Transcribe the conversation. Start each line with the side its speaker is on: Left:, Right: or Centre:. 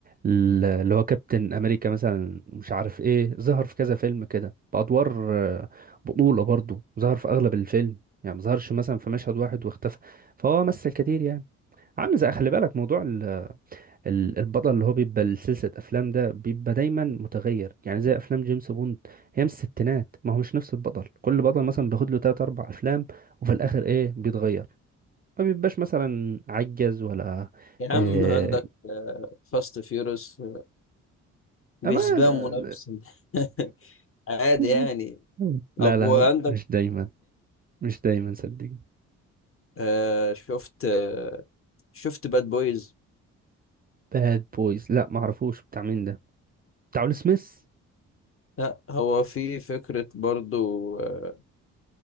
Right: ال- اللي هو كابتن امريكا مثلا مش عارف ايه ظهر في كذا فيلم كده بادوار آه، بطولة برضه ظهر في اغلب الفيلم يعني ما ظهرش مثلا في مشهد واحد واختفى فهو مثل كتير يعني عامل زي خلي بالك موضوع ال- ال- البطل اللي هو بيبقى لسلسلة افلام ده بيبقى دايما متغير يعني زي افلام جيمس بوند هي من الستينات ما هو مش نفس البطل كل بطل مثلا بياخد له تلات اربع افلام وفي الاخر ايه بيتغير ما بيبقاش مثلا عجز ولا
Left: يا عم
Right: آه،
Left: عندك فاست فيورس بيسباموا
Right: أما ده-
Left: نفسهم <laughs> عادي
Right: <laughs>
Left: يعني
Right: لا
Left: أبو
Right: لا
Left: عندك
Right: مش دايما مش دايما صدقني
Left: آه شفت آه شفت باد بويز
Right: باد بويز لا ما اعرفوش بتاع مين ده بتاع ويل سميث
Left: لا هو في فكرة برضو آه